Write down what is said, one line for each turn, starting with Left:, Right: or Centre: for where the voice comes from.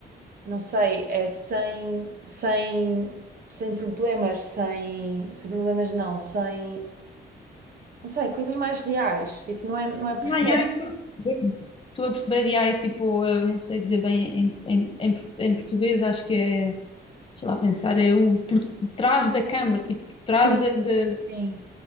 Right: não sei, é sem, sem, sem problemas, sem, sem problemas não, sem, não sei, coisas mais reais. Tipo, não é, não é perfeito.
Left: Yeah, yeah, eu estou a perceber. Estou a perceber, e é tipo, eu não sei dizer bem em, em, em port- em português, acho que é, sei lá pensar, é o por trás da câmara, tipo, por trás
Right: Sim,
Left: da, da-
Right: sim.